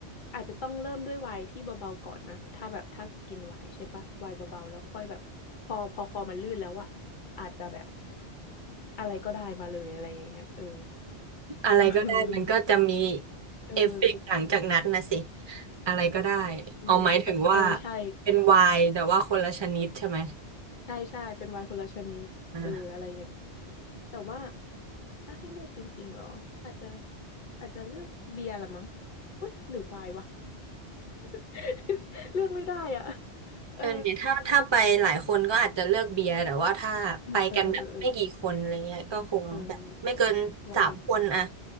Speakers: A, on the left (about 55°); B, on the right (about 30°).
A: อาจจะต้องเริ่มด้วยไวน์ที่เบาๆก่อนนะถ้าแบบถ้ากินไวน์ใช่ปะไวน์เบาๆแล้วค่อยแบบพอพอคอมันลื่นแล้วอะอาจจะแบบอะไรก็ได้มาเลยอะไรอย่างเงี้ยเออ
B: อะไรก็ได้มันก็จะมี
A: เออเออ
B: เอฟเฟกต์หลังจากนั้นนะสิอะไรก็ได้
A: เออ
B: เอาหมายถึงว่า
A: เออใช่
B: เป็นไวน์แต่ว่าคนละชนิดใช่ไหม
A: ใช่ใช่เป็นไวน์คนละชนิดเอออะไรอย่างนี้แต่ว่า
B: อ่า
A: ถ้าให้เลือกจริงๆเหรออาจจะอาจจะเลือกเบียร์ละมั้งเว้ยหรือไวน์วะ <laughs> เลือกไม่ได้อ่ะเออ
B: เออเนี่ยถ้าถ้าไปหลายคนก็อาจจะเลือกเบียร์แต่ว่าถ้าไปกันแบบไม่กี่คนอะไรเงี้ยก็คงแบบไม่เกินสามคนอะ
A: อืมเออเออเออเออเออวาย